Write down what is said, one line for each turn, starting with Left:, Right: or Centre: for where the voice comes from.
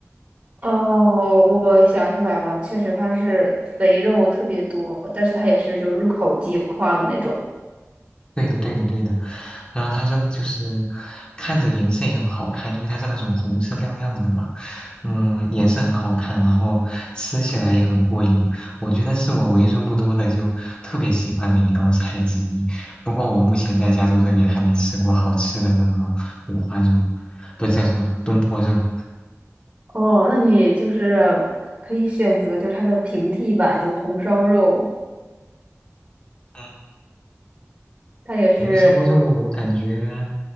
Right: 哦，我想起来了，确实它是肥肉特别多，但是它也是就入口即化的那种。
Left: 对的，对的，对的。然后它真的就是看着颜色也很好看，因为它是那种红色亮亮的嘛，嗯，颜色很好看，然后吃起来也很过瘾。我觉得是我为数不多的就特别喜欢的一道菜之一。不过我目前在加州这边还没吃过好吃的那个五花肉，不是叫什么东坡肉。
Right: 哦，那你就是可以选择，就是它的平替版，就红烧肉，
Left: 嗯，
Right: 它也是就
Left: 红烧肉我感觉，